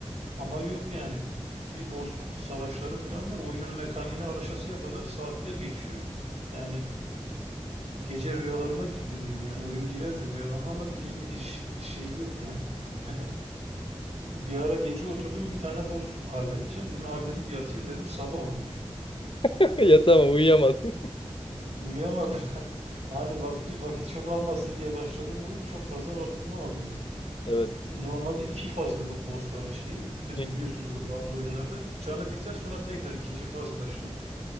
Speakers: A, on the right (about 90°); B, on the left (about 50°).
A: Ama yok yani bir boss savaşları falan var. Oyunun mekaniğine araşasıya kadar saatler geçiyor. Yani gece rüyalarıma girdi oyun yani. Oyun girer mi rüyalarıma ama girdi hiç şeyi yok yani. <laughs> Bir ara gece oturdum bir tane boss halledeceğim. Bunu halledip yatayım dedim sabah olmuş.
B: <laughs> Ya tamam uyuyamadım.
A: Uyuyamadım. <laughs> Hani vakti, vakit çok almasın diye başladım bugün. Çok fazla vaktimi aldı yani.
B: <laughs> Evet.
A: E, normalde iki fazdı bu bossların şeyi. Be-
B: <laughs>
A: Biliyorsundur bazı oyunlarda. Canı biter sonra tekrar ikinci faz başlar.